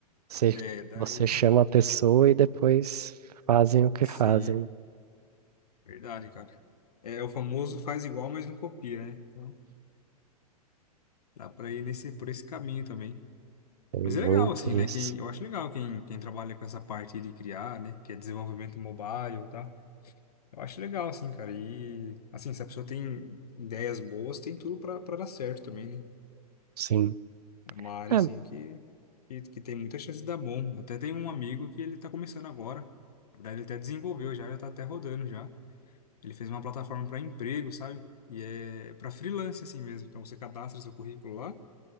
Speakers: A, on the right; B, on the left.
A: você,
B: É, daí,
A: você chama a pessoa e depois fazem o que
B: sim,
A: fazem, né?
B: verdade, cara. É o famoso faz igual, mas não copia, né? Então dá pra ir nesse, por esse caminho também.
A: Tem
B: Mas
A: muito
B: é legal, assim,
A: disso.
B: né? Quem, eu acho legal quem, quem trabalha com essa parte de criar, né? Que é desenvolvimento mobile, tá? Eu acho legal, assim, cara. E, assim, se a pessoa tem ideias boas, tem tudo pra, pra dar certo também, né?
A: Sim.
B: É uma área,
A: É,
B: assim, que, que, que tem muita chance de dar bom. Eu Até tem um amigo que ele tá começando agora. Na verdade, ele até desenvolveu já, já tá até rodando já. Ele fez uma plataforma para emprego, sabe? E é para freelance, assim mesmo. Então, você cadastra seu currículo lá.